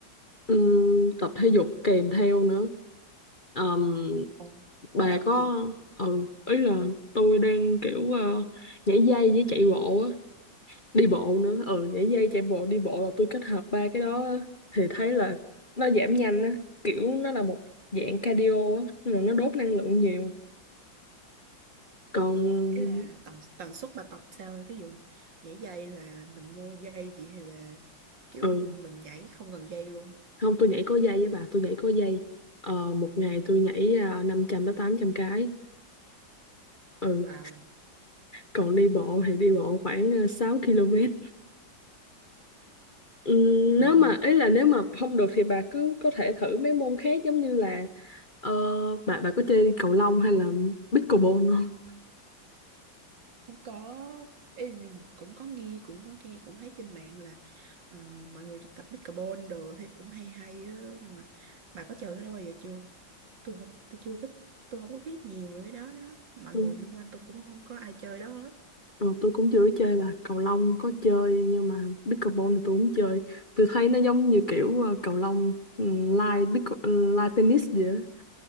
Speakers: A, on the left; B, on the right.
A: Ừm, tập thể dục kèm theo nữa Ờm,
B: Ồ,
A: bà
B: Bà tập cái
A: có
B: gì?
A: ừ ý là tôi đang kiểu ờ, nhảy dây với chạy bộ á đi bộ nữa ừ nhảy dây chạy bộ đi bộ là tôi kết hợp ba cái đó á. thì thấy là nó giảm nhanh á kiểu nó là một dạng cardio á nên là nó đốt năng lượng nhiều còn
B: ý là tần tần suất bà tập sao thí dụ nhảy dây là mình mua dây gì hay là kiểu
A: ừ
B: mình nhảy không cần dây luôn
A: không tôi nhảy có dây với bà tôi nhảy có dây ờ, một ngày tôi nhảy uh, 500 tới 800 cái ừ
B: wow
A: còn đi bộ thì đi bộ khoảng uh, 6 km Ừ,
B: trời
A: nếu mà ý là nếu mà không được thì bà cứ có thể thử mấy môn khác giống như là ờ, bà bà có chơi cầu lông hay là pickleball không?
B: cũng có Ê, nhưng mà cũng có nghe cũng có nghe cũng thấy trên mạng là ờ, mọi người đi tập pickleball đồ thấy cũng hay hay á nhưng mà bà có chơi cái đó bao giờ chưa tôi không tôi chưa có tôi không có biết nhiều về cái đó đó mọi
A: Ừ,
B: người xung quanh tôi cũng không có ai chơi đó hết
A: ờ, tôi cũng chưa có chơi bà cầu lông có chơi nhưng mà pickleball thì tôi không chơi. Tôi thấy nó giống như kiểu ờ, cầu lông um, lai pickle lai tennis vậy. á.